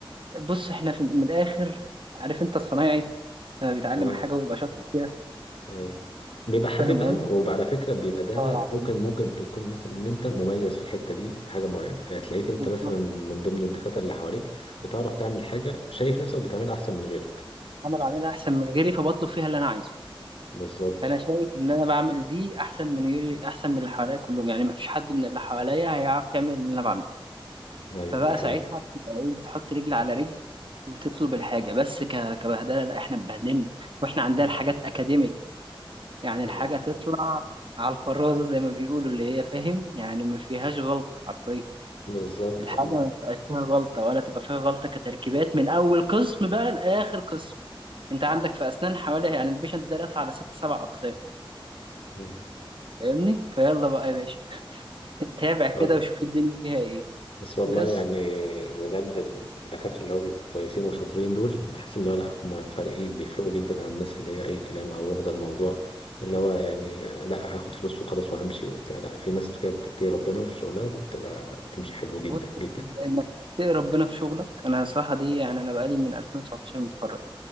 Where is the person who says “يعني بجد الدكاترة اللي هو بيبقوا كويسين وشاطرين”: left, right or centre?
Left